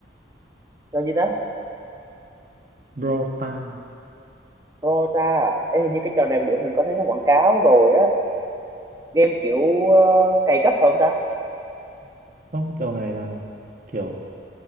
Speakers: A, on the right; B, on the right.
A: Chơi gì ta?
B: Brawl Stars.
A: Dota à? Ê, hình như cái trò này bữa mình có thấy nó quảng cáo rồi á. Game kiểu ờ, cày cấp phải không ta?
B: Không, trò này là kiểu